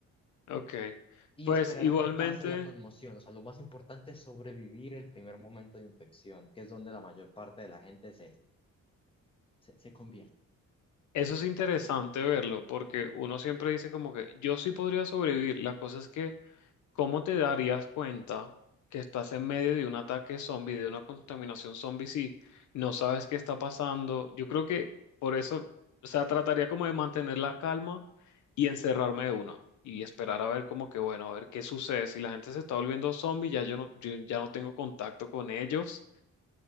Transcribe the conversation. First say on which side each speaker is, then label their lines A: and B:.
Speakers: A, on the left (about 70°); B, on the left (about 15°).
A: Ok.
B: y
A: Pues
B: esperar
A: igualmente.
B: a que pase la conmoción. O sea, lo más importante es sobrevivir el primer momento de infección, que es donde la mayor parte de la gente se, se, se convierte.
A: Eso es interesante verlo, porque uno siempre dice como que yo sí podría sobrevivir. La cosa es que, ¿cómo te darías cuenta que estás en medio de un ataque zombie, de una contaminación zombie, si no sabes qué está pasando? Yo creo que por eso, o sea, trataría como de mantener la calma y encerrarme de una y esperar a ver como que, bueno, a ver qué sucede. Si la gente se está volviendo zombie, ya yo no, yo ya no tengo contacto con ellos.